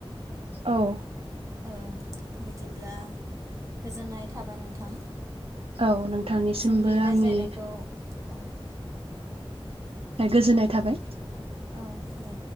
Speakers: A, on the right; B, on the right.
A: औ
B: ओ बिदिब्ला गोजोननाय थाबाय नोंथां
A: औ नोंथांनिसिमबो
B: जोंनि रायज्लायनायखौ
A: आंनि
B: <inaudible>
A: ए गोजोननाय थाबाय
B: औ दे